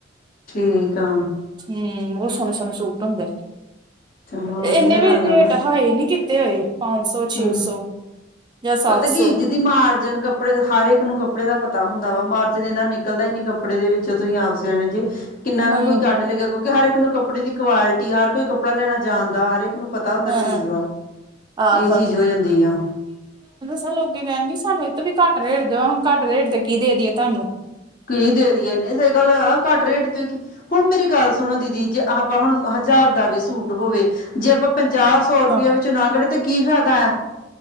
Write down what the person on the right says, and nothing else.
ਹੂੰ ਬਹੁਤ ਸੋਹਣੇ ਸੋਹਣੇ ਸੂਟ ਹੁੰਦੇ?
ਇਹਨੇ
ਵੀ
ਰੇਟ
ਹਾਈ ਨਹੀਂ । ਕੀਤੇ ਹੋਏ? ਪੰਜ ਸੌ ਛੇ
ਸੌ। ਜਾਂ ਸੱਤ
ਸੌ
ਨਹੀਂ
ਹਾਂ
ਆਹੋ
ਪਤਾ ਲੋਕੀ ਕਹਿਣਗੇ ਸਾਨੂੰ ਇਹ ਤੋਂ ਵੀ ਘੱਟ ਰੇਟ ਦਿਓ ਹੁਣ ਘੱਟ ਰੇਟ ਤੇ ਕੀ ਦੇ ਦੇਈਏ ਤੁਹਾਨੂੰ।
ਹਾਂ